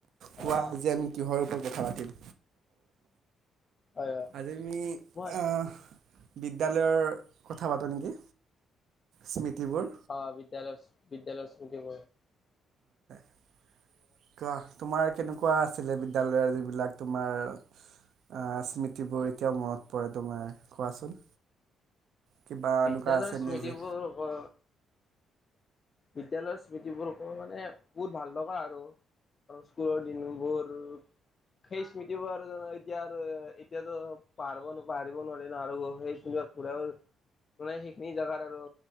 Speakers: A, on the right; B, on the left.
A: কোৱা
B: অ
A: যে আজি কিহৰ ওপৰত কথা পাতিম
B: হয় হয়।
A: আজি আমি।
B: মই
A: অহ বিদ্যালয়ৰ কথা পাতো নেকি? স্মৃতিবোৰ
B: অ বিদ্যালয় বিদ্যালয়। দিব।
A: কাহ তোমাৰ। কেনেকুৱা আছিলে বিদ্য়ালয়ৰ যিবিলাক তোমাৰ আহ স্মৃতিবোৰ এতিয়াও মনত পৰে তোমাৰ কোৱাচোন? কিবা এনেকুৱা
B: বিদ্যালয়ৰ
A: আছেনে
B: স্মৃতিবোৰ।
A: যে
B: বিদ্যায়লয়ৰ স্মৃতিবোৰ মানে বহুত ভাল লগা আৰু স্কুলৰ দিনবোৰ সেই স্মৃতিবোৰ আৰু জানো এতিয়া আৰু এতিয়াতো পাহব পাহৰিব নোৱাৰি ন আৰু সেই স্মৃতি ঘূৰা মানে সেইখিনি জেগাত আৰু